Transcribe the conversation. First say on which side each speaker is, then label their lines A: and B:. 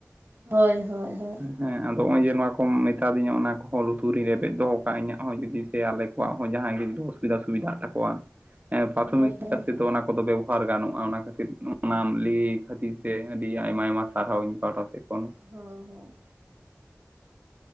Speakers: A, on the right; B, on the right.
A: ᱦᱳᱭ ᱦᱳᱭ ᱦᱳᱭ
B: ᱦᱮᱸ ᱟᱫᱚ ᱱᱚᱜᱼᱚᱭ ᱡᱮ ᱱᱚᱣᱟ ᱠᱚᱢ ᱢᱮᱛᱟᱫᱤᱧᱟ ᱚᱱᱟ ᱠᱚᱦᱚᱸ ᱞᱩᱛᱩᱨᱤᱧ ᱨᱮᱵᱮᱫ ᱫᱚᱦ ᱠᱟᱜ ᱤᱧᱟᱹᱜ ᱦᱚᱸ ᱡᱩᱫᱤ ᱥᱮ ᱟᱞᱮ ᱠᱚᱣᱟᱜ ᱦᱚᱸ ᱡᱟᱦᱟᱸᱭ ᱜᱮ ᱫᱚᱥ ᱥᱩᱵᱤᱫᱟ ᱥᱩᱵᱤᱫᱷᱟᱜ ᱛᱟᱠᱚᱣᱟ ᱯᱨᱟᱛᱷᱚᱢᱤᱠ
A: ᱦᱳᱭ
B: ᱪᱤᱠ
A: ᱦᱳᱭ
B: ᱚᱱᱟ ᱠᱚᱫᱚ ᱵᱮ ᱷᱟᱨ ᱜᱟᱱᱚᱜᱼᱟ ᱚᱱᱟ ᱠᱷᱟᱹᱛᱤᱨ ᱚᱱᱟᱢ ᱞᱟᱹᱭ ᱠᱷᱟᱹᱛᱤᱨ ᱥᱮ ᱟᱹᱰᱤ ᱟᱭᱢᱟ ᱟᱭᱢᱟ ᱥᱟᱨᱦᱟᱣᱤᱧ ᱯᱟᱦᱴᱟ ᱥᱮᱫ ᱠᱷᱚᱱ
A: ᱦᱮᱸ ᱦᱮᱸ